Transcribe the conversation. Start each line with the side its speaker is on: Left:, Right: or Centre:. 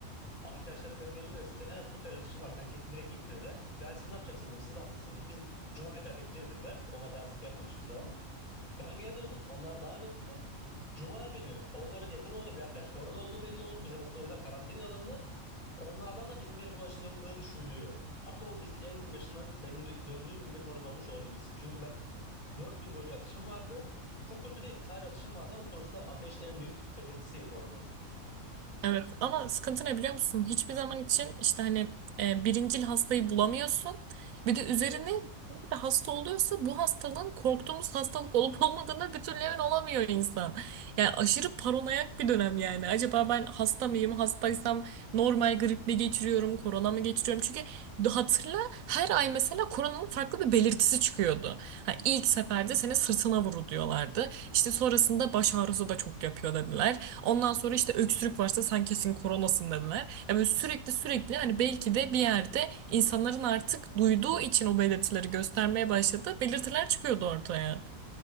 Left: Arkadaşlarım benim elimle ölçtü. Senin en az 40 derece atışın var. Sen kesin direkt git dediler. Ben siz ne yapacaksınız dedim. Siz de hastasınız dedim. Biz Cuma'ya kadar bekleyeceğiz dediler. Onlar devamsızlık yapmıyordu hiçbir zaman. Ben geri döndüm. Onlar devam etti. Cuma günü onların yakın olduğu bir arkadaş korona olduğu belli oldu. Bizim okulda o yüzden karantinaya alındı. Onlardan da bizimkilere bulaştırıldığı düşünülüyor. Ama o biz en başından benim dö- döndüğüm günde korona olmuş olabiliriz. Çünkü ben 4 gün boyunca ateşim vardı. Çok kötü değildim. Sadece ateşim vardı ama sonuçta ateş en büyük belirtisiydi koronanın.
Right: Evet ama sıkıntı ne biliyor musun? Hiçbir zaman için işte hani e, birincil hastayı bulamıyorsun. Bir de üzerine
Left: Evet.
Right: bir de hasta oluyorsa bu hastalığın korktuğumuz hastalık olup olmadığına bir türlü emin olamıyor insan. Yani aşırı paranoyak bir dönem yani. Acaba ben hasta mıyım? Hastaysam normal grip mi geçiriyorum? Korona mı geçiriyorum? Çünkü hatırla her ay mesela koronanın farklı bir belirtisi çıkıyordu. Ha, ilk seferde seni sırtına vuru diyorlardı. İşte sonrasında baş ağrısı da çok yapıyor dediler. Ondan sonra işte öksürük varsa sen kesin koronasın dediler. Ya böyle sürekli sürekli hani belki de bir yerde insanların artık duyduğu için o belirtileri göstermeye başladı. Belirtiler çıkıyordu ortaya.